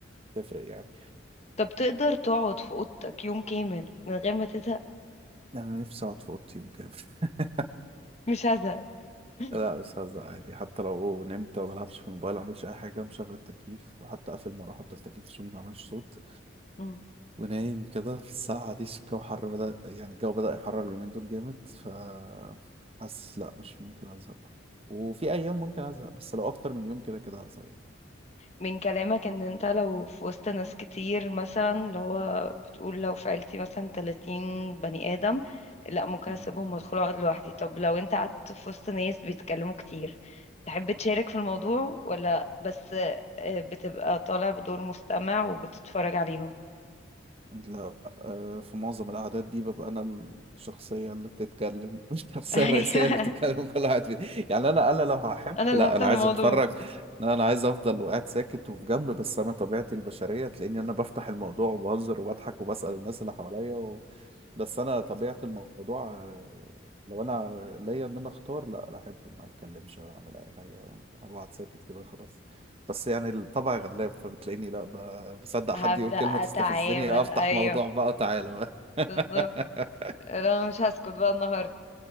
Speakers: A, on the right; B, on the left.
A: تفرق يعني
B: طب تقدر تقعد في اوضتك يوم كامل من غير ما تزهق
A: انا نفسي اقعد في اوضتي يوم كامل <laughs>
B: مش هزهق <laughs>
A: لا مش هزهق عادي حتى لو نمت وما بلعبش في الموبايل ما اعملش اي حاجه مشغل التكييف وحتى اقفل المروحه بتاع التكييف عشان ما تعملش صوت
B: مم.
A: ونايم كده في الساعة دي الجو حر بدأ يعني الجو بدأ يحرر اليومين دول جامد ف حاسس لا مش ممكن أزهق وفي أيام ممكن أزهق بس لو أكتر من يوم كده كده هزهق يعني
B: من كلامك ان انت لو في وسط ناس كتير مثلا اللي هو بتقول لو في عيلتي مثلا 30 بني ادم لا ممكن
A: مم.
B: اسيبهم وادخل اقعد لوحدي طب لو انت قعدت في وسط ناس بيتكلموا كتير تحب تشارك في الموضوع ولا بس آه، بتبقى طالع بدور مستمع وبتتفرج عليهم
A: لا آه، في معظم القعدات دي ببقى أنا الشخصية اللي بتتكلم <laughs> الشخصية
B: <laughs>
A: الرئيسية اللي بتتكلم
B: ايوه
A: كل واحد فيه. يعني أنا أنا لو هحب
B: انا اللي
A: لا
B: هفتح
A: أنا
B: الموضوع
A: عايز أتفرج أنا عايز أفضل وقاعد ساكت وفي جنب بس أنا طبيعتي البشرية تلاقيني أنا بفتح الموضوع وبهزر وبضحك وبسأل الناس اللي حواليا بس انا طبيعه الموضوع آه، لو انا ليا ان انا اختار لا لا احب ما اتكلمش ولا اعمل اي حاجه بحب اقعد ساكت كده خلاص بس يعني الطبع غلاب فبتلاقيني لا ب- بصدق حد
B: هبدأ
A: يقول كلمه
B: اتعامل
A: تستفزني افتح
B: ايوه
A: موضوع بقى وتعالى بقى
B: بالظبط
A: <laughs>
B: لا، انا مش هسكت بقى النهارده